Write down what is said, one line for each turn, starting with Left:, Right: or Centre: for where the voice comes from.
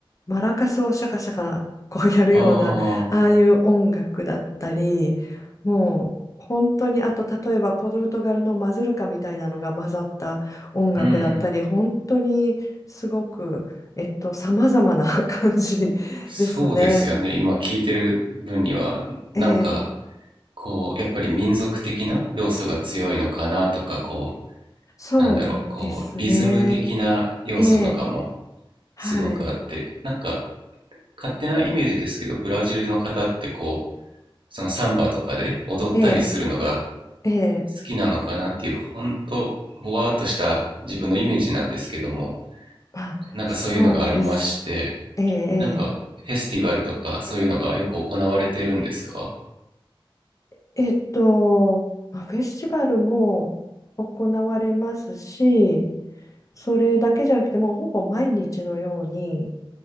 Left: マラカスをシャカシャカこうやるようなああいう音楽だったり、
Right: ああ、
Left: もう本当にあと例えばポルトガルのマズルカみたいなのが混ざった音楽だったり、
Right: うん。
Left: 本当にすごく。えっと、様々な <laughs> 感じですね。
Right: そうですよね。今聞いてる分には、
Left: ええ、
Right: なんかこう、やっぱり民族的な要素が強いのかなとか、こう、
Left: そうですね。
Right: なんだろう、こう、リズム的な要素とかも
Left: ええ、はい。
Right: すごくあって、なんか勝手なイメージですけど、ブラジルの方ってこう、そのサンバとかで踊ったりするのが
Left: ええ、ええ、
Right: 好きなのかなっていう本当ぼわーっとした自分のイメージなんですけども
Left: あ、
Right: なんかそういうのがありまして
Left: そうです。ええ、
Right: なんかフェスティバルとかそういうのがよく行われてるんですか
Left: えええっと、まあ、フェスティバルも行われますし、それだけじゃなくて、もうほぼ毎日のように、